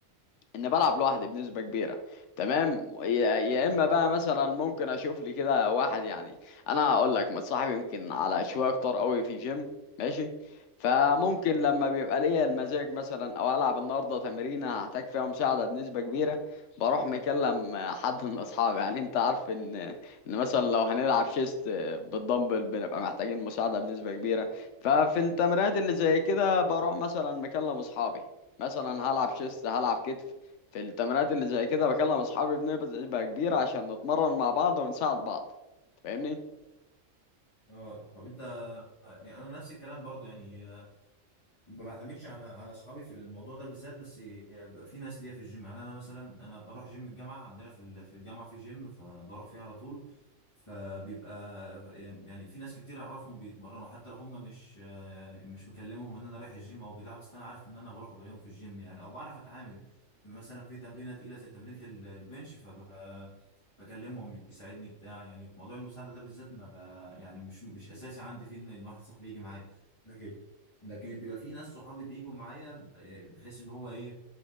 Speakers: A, on the left (about 65°); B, on the left (about 20°).
A: ان بلعب لوحدي بنسبه كبيره تمام يا يا اما بقى مثلا ممكن اشوف لي كده واحد يعني انا اقول لك متصاحب يمكن على شويه كتار قوي في جيم ماشي فممكن لما بيبقى ليا المزاج مثلا او العب النهارده تمرينه هحتاج فيها مساعده بنسبه كبيره بروح مكلم حد من اصحابي يعني انت عارف ان ان مثلا لو هنلعب شيست بالدمبل بنبقى محتاجين مساعده بنسبه كبيره ففي التمرينات اللي زي كده بروح مثلا مكلم اصحابي مثلا هلعب شيست هلعب كتف في التمرينات اللي زي كده بكلم اصحابي بنبقى بقى كبير عشان نتمرن مع بعض ونساعد بعض فاهمني
B: اه طب أنت يعني أنا نفس الكلام برضو يعني آه، ما بعتمدش على على اصحابي في الموضوع ده بالذات بس بيبقى في ناس ليا في الجيم يعني انا مثلا انا بروح جيم الجامعه عندنا في ال- في الجامعه في جيم فبروح فيه على طول فبيبقى يعني في ناس كتير اعرفهم بيتمرنوا حتى لو هم مش مش مكلمهم ان انا رايح الجيم او بتاع بس انا عارف ان انا بروح بلاقيهم في الجيم يعني او بعرف اتعامل مثلا في تمرينه تقيله زي تمرينه ال- البنش فب بكلمهم يساعدني بتاع يعني في موضوع المساعده ده بالذات ما ب... يعني مش مش اساسي عندي فيه ان إن واحد صاحبي يجي معايا لكن بيبقى في ناس صحابي بيجوا معايا ب- آه، بحيث ان هو ايه